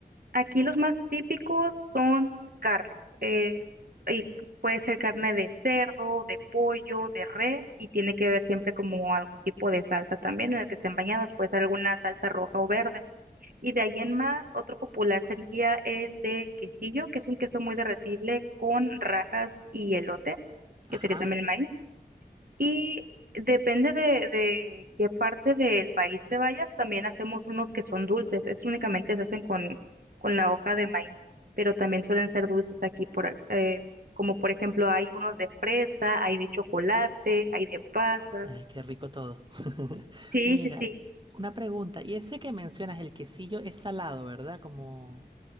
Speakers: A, on the right (about 60°); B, on the right (about 30°).
A: Aquí los más típicos son carnes. eh, y puede ser carne de cerdo, de pollo, de res, y tiene que ver siempre como algún tipo de salsa también en el que estén bañados. Puede ser alguna salsa roja o verde. Y de ahí en más, otro popular sería el de quesillo, que es un queso muy derretible con rajas y elote,
B: Ajá.
A: que sería también el maíz. Y depende de, de qué parte del país te vayas, también hacemos unos que son dulces. Estos únicamente se hacen con, con la hoja de maíz, pero también suelen ser dulces aquí por, ac- eh, como por ejemplo hay unos de fresa, hay de chocolate, hay de pasas.
B: Ay, qué rico todo. <laughs>
A: Sí,
B: Mira,
A: sí, sí.
B: una pregunta. Y ese que mencionas, el quesillo, es salado, ¿verdad? Como...